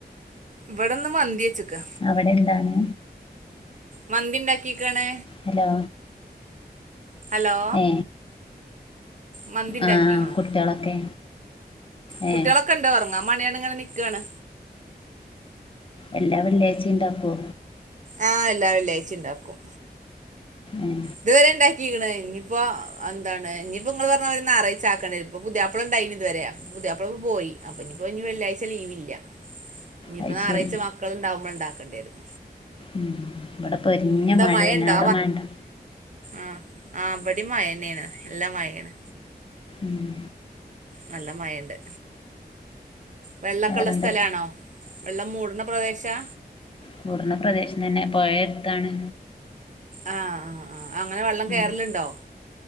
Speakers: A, on the right; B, on the left.
A: ഇവിടെന്ന് മന്തി വെച്ചക്കാ
B: അവിടെ എന്താണ്
A: മന്തി ണ്ടാക്കിക്കാണ്
B: ഹലോ
A: ഹലോ
B: ഏ
A: മന്തി ണ്ടാക്കിക്കുണു
B: ആ കുട്ടികളൊക്കെ ഏ
A: കുട്ടികളൊക്കെ ഉണ്ട് ഒറങ്ങാമാണ്ടിയാട് ഇങ്ങനെ നിക്കാണ്
B: എല്ലാ വെള്ളിയാഴ്ച്ചിം ഉണ്ടാക്കോ
A: ആ എല്ലാ വെള്ളിയാഴചിം ഉണ്ടാക്കും
B: ഉം
A: ഇതുവരെ ഉണ്ടാക്കിണ് ഇനിയിപ്പോ എന്താണ് ഇനിയിപ്പോ നിങ്ങൾ പറഞ്ഞ മിതിരി ഞായറാഴ്ച ആക്കണ്ടി വരും പുതിയാപ്പള ഉണ്ടായിനി ഇതുവരെ പുതിയാപ്പള പ്പൊ പോയി അപ്പൊ ഇനിയിപ്പോ ഇനി വെള്ളിയാഴ്ച ലീവല്ല ഇനിയിപ്പം
B: അത്
A: ഞായറാഴ്ച്ച
B: ശരി
A: മക്കളള്ണ്ടാവുമ്പോ ഉണ്ടാക്കണ്ടിരും
B: ഉം ഇവിടെ പൊരിഞ്ഞ
A: എന്താ
B: മഴയാണ്
A: മഴ ഉണ്ടോ
B: അവിടെ മഴണ്ടോ
A: ആ ആ ഇവടിം മഴന്നേണ് നല്ല മഴേണ്
B: ഉം
A: നല്ല മഴണ്ട് വെള്ളക്കള്ള
B: വേറെന്താ
A: സ്ഥലാണോ വെള്ളം മൂട്ണ പ്രദേശാ
B: കൂട്ണ പ്രദേശം തന്നെ പുഴ അടുത്താണ്
A: ആ ആ ആ അങ്ങനെ വെള്ളം
B: ഉം
A: കേറല്ണ്ടോ